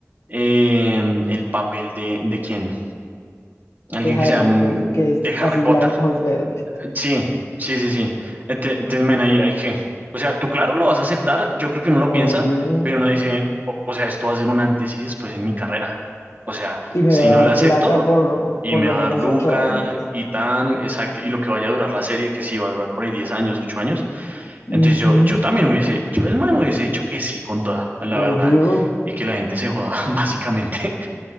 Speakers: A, on the right; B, on the left.
A: eh, el papel de, de quién, alguien
B: de Harry,
A: que sea mm,
B: pues, que
A: de
B: es
A: Harry
B: así
A: Potter.
B: blanco, ojos verdes.
A: Sí, sí, sí, sí. Ente- Entonces, men, ahí, ahí qué. O sea, tú claro lo vas a aceptar, yo creo que uno lo piensa,
B: obvio.
A: pero uno dice, o, o sea, esto va a ser un antes y después en mi carrera. O sea,
B: Y me
A: si
B: va a
A: no
B: dar
A: la acepto
B: plata por
A: y
B: por
A: me
B: lo
A: va
B: menos
A: a dar Luca
B: ocho años.
A: y tan, exacto, y lo que vaya a durar la serie, que sí va a durar por ahí 10 años, 8 años,
B: Ujú,
A: entonces yo, yo también hubiese, yo del man hubiese dicho que sí con toda, la
B: Obvio.
A: verdad, y que la gente se joda, <laughs> básicamente.